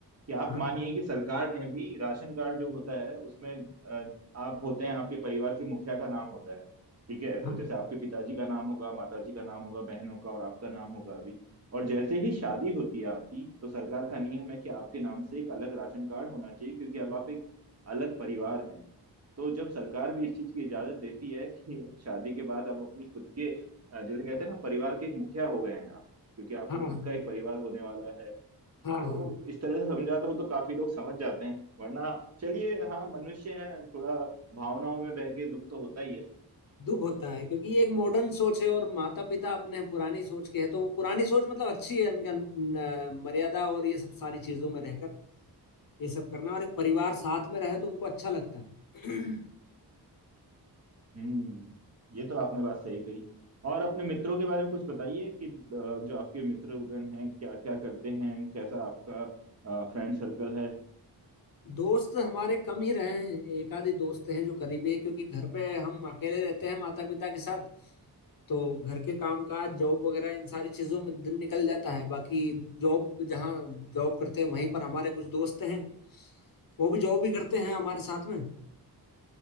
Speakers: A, on the right; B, on the left.
A: कि आप
B: हाँ
A: मानिए कि सरकार ने भी राशन कार्ड जो होता है उसमें अ, आप होते हैं आपके परिवार के मुखिया का नाम होता है ठीक है
B: हाँ
A: तो जैसे आपके पिताजी का नाम होगा माताजी का नाम होगा बहनों का और आपका नाम होगा अभी और जैसे ही शादी होती है आपकी तो सरकार का नियम है कि आपके नाम से एक अलग राशन कार्ड होना चाहिए क्योंकि अब आप एक अलग परिवार हैं तो जब सरकार भी इस चीज की इजाजत देती है कि शादी के बाद आप अपनी खुद के अ, जैसे कहते हैं ना परिवार के एक मुखिया हो गए हैं आप क्योंकि आपका
B: हाँ
A: खुद का एक परिवार होने वाला है
B: हाँ
A: तो
B: हाँ
A: इस तरह से समझाता हो तो काफी लोग समझ जाते हैं वरना चलिए हाँ मनुष्य है थोड़ा भावनाओं में बह के दुख तो होता ही है
B: दुख होता है क्योंकि ये एक मॉडर्न सोच है और माता पिता अपने पुरानी सोच के है तो वो पुरानी सोच मतलब अच्छी है उनके अनु- अ, मर्यादा और ये सब सारी चीजों में रहकर ये सब करना और एक परिवार साथ में रहे तो उनको अच्छा लगता है
A: हम्म ये तो आपने बात सही कही और अपने मित्रों के बारे में कुछ बताइए कि अ, जो आपके मित्रगण हैं क्या क्या करते हैं कैसा आपका फ्रेंड सर्कल है
B: <clears throat> दोस्त हमारे कम ही रहे हैं एक आधे दोस्त हैं जो करीबी है क्योंकि घर पे हम अकेले रहते हैं माता पिता के साथ तो घर के काम काज जॉब वगैरह इन सारी चीजों में दिन निकल जाता है बाकी जॉब जहाँ जॉब करते हैं वहीं पर हमारे कुछ दोस्त हैं वो भी जॉब भी करते हैं हमारे साथ में